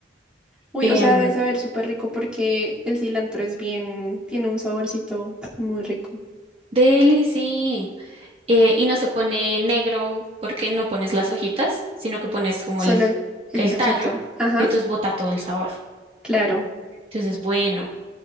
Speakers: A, in the centre; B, on the right.
A: Uy,
B: Em,
A: o sea, debe saber súper rico porque el cilantro es bien, tiene un saborcito muy rico.
B: deli, sí. Eh, y no se pone negro porque no pones las hojitas, sino que pones como
A: Solo
B: el,
A: el, el
B: el
A: tallito.
B: tallo
A: Ajá,
B: y entonces bota todo el sabor.
A: claro.
B: Entonces, bueno.